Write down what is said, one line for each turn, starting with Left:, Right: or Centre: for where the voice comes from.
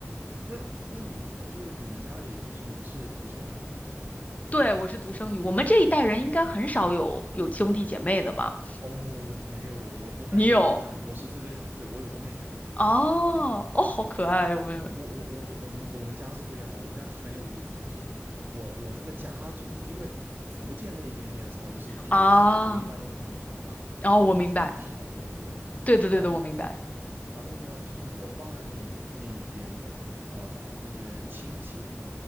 Right: 那那你就是你们家里就是你是独生女吗？
Left: 对，我是独生女，我们这一代人应该很少有有兄弟姐妹的吧？
Right: 哦，没有，我我感觉我家我是这个样，
Left: 你有？
Right: 对，我有一个妹妹，
Left: 哦，哦，好可爱哟，妹妹
Right: 我我我我我我们我们家是这样，我们家很有意思，就是我我这个家族，因为福建那边你也知道，就是他那个家族一般都很庞大，
Left: 啊！哦，
Right: 兄弟姐妹好多个，
Left: 我明白，对的，对的，
Right: 然后
Left: 我明白。
Right: 然后呢，就是我爸那一那一边的呃那些亲戚啊